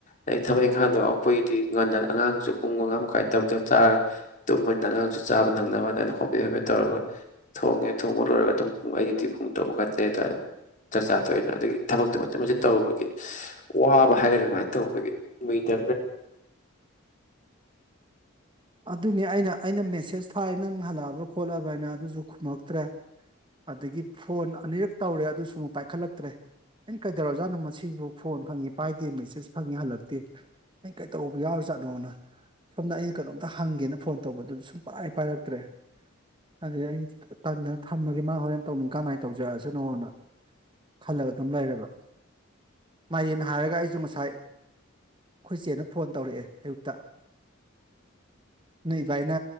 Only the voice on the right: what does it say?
ꯑꯗꯨꯅꯤ ꯑꯩꯅ ꯑꯩꯅ ꯃꯦꯁꯦꯖ ꯊꯥꯏ ꯅꯪ ꯍꯜꯂꯛꯑꯕ ꯈꯣꯠꯂꯕ ꯍꯥꯏꯅ ꯑꯗꯨꯁꯨ ꯈꯨꯝꯃꯛꯇ꯭ꯔꯦ ꯑꯗꯒꯤ ꯐꯣꯟ ꯑꯅꯤꯔꯛ ꯇꯧꯔꯦ ꯑꯗꯨꯁꯨ ꯑꯃꯨꯛ ꯄꯥꯏꯈꯠꯂꯛꯇ꯭ꯔꯦ ꯑꯩꯅ ꯀꯩꯗꯧꯔ ꯖꯥꯠꯅꯣ ꯃꯁꯤꯕꯨ ꯐꯣꯟ ꯐꯪꯉꯤ ꯄꯥꯏꯗꯦ ꯃꯦꯁꯦꯖ ꯐꯪꯉꯤ ꯍꯜꯂꯛꯇꯦ ꯑ ꯀꯩꯗꯧꯕ ꯌꯥꯎꯔꯖꯥꯠꯅꯣꯅ ꯁꯣꯝꯗ ꯑ ꯀꯩꯅꯣꯝꯇ ꯍꯪꯒꯦꯅ ꯐꯣꯟ ꯇꯧꯕꯗꯨꯗ ꯁꯨꯡ ꯄꯥꯏ ꯄꯥꯏꯔꯛꯇ꯭ꯔꯦ ꯑꯗꯨꯗ ꯑꯩ ꯇꯟꯗꯅ ꯊꯝꯃꯒꯦ ꯃꯥ ꯍꯣꯔꯦꯟ ꯇꯧꯅꯤꯡ ꯀꯃꯥꯏꯅ ꯇꯧꯖꯔꯛꯑꯁꯅꯣꯅ ꯈꯜꯂꯒ ꯑꯗꯨꯝ ꯂꯩꯔꯕ ꯃꯥꯏꯔꯦꯟ ꯍꯥꯏꯔꯒ ꯑꯩꯁꯨ ꯉꯁꯥꯏ ꯑꯩꯈꯣꯏ ꯏꯆꯦꯅ ꯐꯣꯟ ꯇꯧꯔꯛꯑꯦ ꯑꯌꯨꯛꯇ ꯅꯣꯏ ꯏꯕꯥꯏꯅ